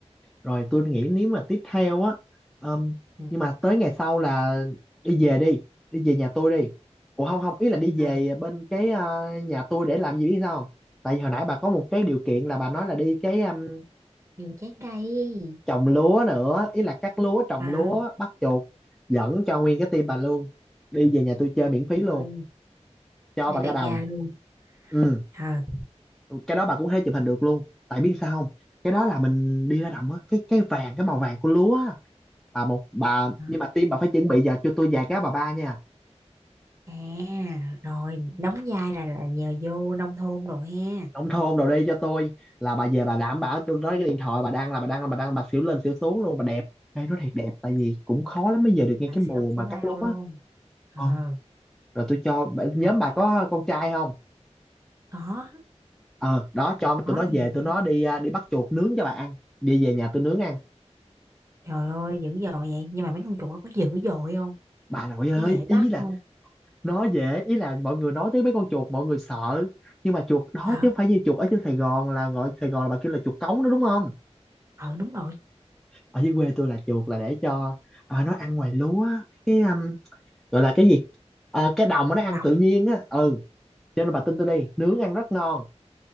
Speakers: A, in the centre; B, on the right (about 25°).
A: rồi tôi nghĩ nếu mà tiếp theo á ừm,
B: Ừ,
A: nhưng mà tới ngày sau là đi về đi đi về nhà tôi đi ủa không không ý là đi
B: à,
A: về bên cái ờ, nhà tôi để làm gì biết sao không tại vì hồi nãy bà có một cái điều kiện là bà nói là đi cái ừm,
B: vườn trái cây
A: trồng lúa nữa ý là cắt lúa trồng
B: à
A: lúa bắt chuột dẫn cho nguyên cái team bà luôn đi về nhà tôi chơi miễn phí
B: rồi
A: luôn cho
B: chơi
A: bà
B: tẹt
A: cả đồng
B: ga luôn
A: ừ
B: Ờ.
A: cái đó bà cũng hay chụp hình được luôn tại biết sao không cái đó là mình đi ra đồng á cái cái vàng cái màu vàng của lúa á bà một bà
B: à,
A: nhưng mà tim bà phải chuẩn bị giờ cho tôi vài cái bà ba nha
B: À, rồi đóng vai là là nhờ vô nông thôn rồi ha.
A: nông thôn đồ đi cho tôi là bà về bà đảm bảo tôi nói
B: Rồi,
A: cái điện thoại bà đang là bà đang là bà đang bà xỉu lên xỉu xuống luôn bà đẹp Ê, nó thiệt đẹp tại vì cũng khó lắm mới về được ngay
B: Phải
A: cái
B: sẽ
A: mùa
B: úp
A: mà
B: sẽ bao
A: cắt lúa
B: luôn.
A: á
B: Ờ,
A: ờ rồi tôi cho bà- nhóm
B: nào mà
A: bà có con trai không
B: có,
A: ờ đó cho
B: có
A: tụi nó
B: nè.
A: về tụi nó đi à, đi bắt chuột nướng cho bà ăn đi về nhà tôi nướng ăn
B: Trời ơi, dữ dội vậy. Nhưng mà mấy con chuột nó có dữ dội không?
A: bà nội ơi
B: Có dễ
A: ý
B: bắt
A: là
B: không?
A: nó dễ ý là mọi người nói tới mấy con chuột mọi người sợ nhưng mà chuột đó
B: Ờ,
A: chứ không phải như chuột ở trên Sài Gòn là gọi Sài Gòn là bà kêu là chuột cống đó đúng không
B: ờ đúng rồi,
A: ở dưới quê tôi là chuột là để cho ờ, nó ăn ngoài lúa á, cái um, gọi là cái gì Ờ, cái đồng mà
B: chuột
A: nó ăn
B: đồng.
A: tự nhiên á ừ cho nên bà tin tôi đi nướng ăn rất ngon